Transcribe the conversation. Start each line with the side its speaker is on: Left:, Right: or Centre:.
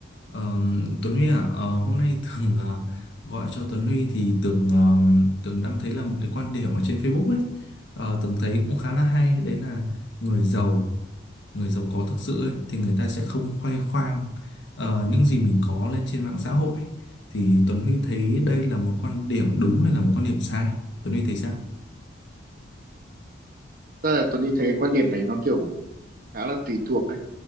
Left: Ờ, Tuấn Huy à, ờ, hôm nay Tường ờ, gọi cho Tuấn Huy thì Tường ờ, Tường đang thấy là một cái quan điểm ở trên Facebook ấy, Ờ, Tường thấy cũng khá là hay, đấy là người giàu, người giàu có thực sự ấy, thì người ta sẽ không khoe khoang ờ, những gì mình có lên trên mạng xã hội. Thì Tuấn Huy thấy đây là một quan điểm đúng hay là một quan điểm sai? Tuấn Huy thấy sao?
Right: Thật là Tuấn Linh thấy cái quan điểm đấy nó kiểu khá là tùy thuộc đấy